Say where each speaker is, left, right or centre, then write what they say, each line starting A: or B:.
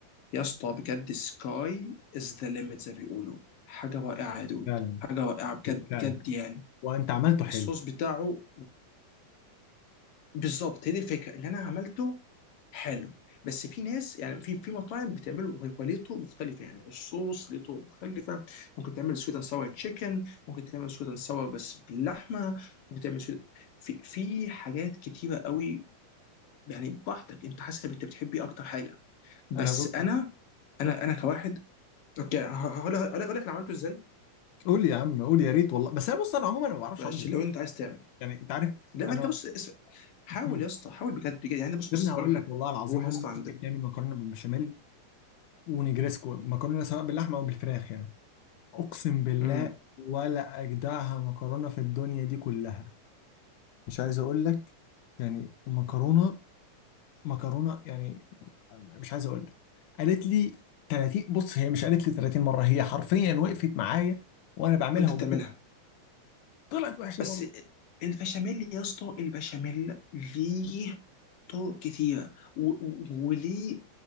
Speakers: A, on the left (about 60°); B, on the left (about 80°).
A: يا اسطى بجد سكاي از ذا ليميت زي ما بيقولوا حاجه رائعه يا دود
B: فعلا
A: حاجه رائعه بجد
B: فعلا
A: بجد يعني
B: وأنت عملته حلو
A: الصوص بتاعه بالظبط هي دي الفكره اللي انا عملته حلو بس في ناس يعني في في مطاعم بتعمله هو هو ليه طرق مختلفه يعني الصوص ليه طرق مختلفه ممكن تعمل سويت اند ساور تشيكن ممكن تعمل سويت اند ساور بس باللحمه ممكن تعمل سويت في في حاجات كتيره قوي يعني براحتك انت حسب انت بتحب ايه اكتر حاجه بس
B: أنا بص
A: انا انا انا كواحد اوكي ه- هقول هقول لك هقول لك انا عملته ازاي
B: قول يا عم قول يا ريت والله بس أنا بص أنا عموما ما بعرفش
A: بس
B: أطبخ
A: لو انت عايز تعمل
B: يعني أنت عارف
A: لما
B: أنا
A: انت بص اس- حاول
B: مم.
A: يا اسطى حاول بجد بجد يعني بص بص
B: يا ابني هقول
A: هقول لك
B: لك
A: حاجه
B: والله العظيم
A: روح يا
B: أمي
A: اسطى
B: أمي بتعمل مكرونة بالبشاميل ونجريسكو مكرونة سواء باللحمة أو بالفراخ يعني أقسم بالله
A: عند
B: ولا أجدعها مكرونة في الدنيا دي كلها مش عايز اقول لك يعني المكرونه مكرونه يعني مش عايز اقول لك قالت لي 30 بص هي مش قالت لي 30 مره هي حرفيا وقفت معايا وانا بعملها
A: وانت
B: وبرضه
A: بتعملها
B: طلعت وحشه
A: بس
B: برضه
A: البشاميل يا اسطى البشاميل ليه طرق كتيرة و- و- وليه